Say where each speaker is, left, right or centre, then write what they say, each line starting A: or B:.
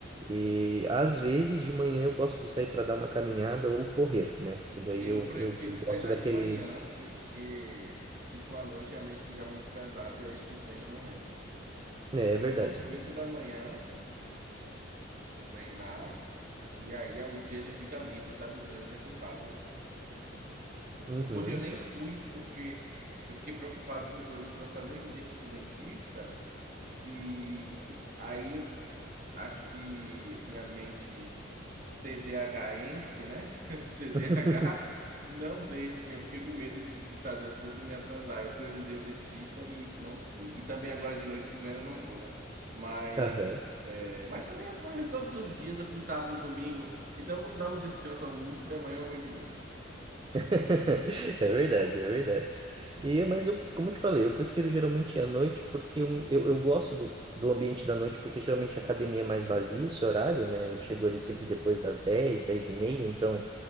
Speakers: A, on the right; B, on the right.
A: E às vezes de manhã eu gosto de sair para dar uma caminhada ou correr, né? Que daí
B: Eu
A: eu,
B: prefiro
A: eu, eu
B: treinar
A: gosto daquele.
B: de manhã, porque se for à noite a mente fica muito pesada e acho que o treino não rende.
A: É,
B: Eu
A: é verdade.
B: vou 5 da manhã treinar e aí o dia já fica livre, sabe? O treino já foi pago.
A: Uhum.
B: Hoje eu nem fui porque eu fiquei preocupado com coisas para fazer, que eu tinha que ir pro dentista e aí acho que minha mente TDAHense, né? <laughs> TDAH,
A: <laughs>
B: não deixa assim. Eu fiquei com medo de, de fazer as coisas e me atrasar. Eu priorizei o dentista e, e não fui. E também agora de noite chovendo eu não vou, né? Mas,
A: Aham.
B: é, mas também foi todos os dias, eu fui sábado, domingo. Então eu vou dar um descanso ao músculo e amanhã eu vou de novo.
A: <laughs> É verdade, é verdade. E, mas eu, como eu te falei, eu prefiro geralmente à noite porque eu, eu, eu gosto do, do ambiente da noite, porque geralmente a academia é mais vazia esse horário, né? Eu chego ali sempre depois das 10, 10 e meia, então